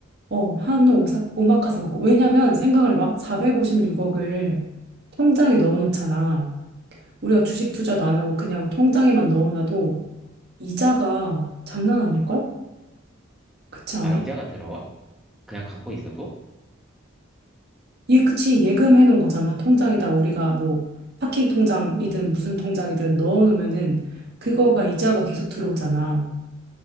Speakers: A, on the right (about 50°); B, in the centre.
A: 어, 한우 오사, 오마카세 먹고. 왜냐면 생각을 해봐. 456억을 통장에 넣어놓잖아. 우리가 주식 투자도 안 하고 그냥 통장에만 넣어놔도 이자가 장난 아닐걸? 그렇지 않아?
B: 아, 이자가 들어와? 그냥 갖고 있어도?
A: 예, 그치. 예금해놓은 거잖아. 통장에다가 우리가 뭐 파킹 통장이든 무슨 통장이든 넣어놓으면은 그거가 이자가 계속 들어오잖아.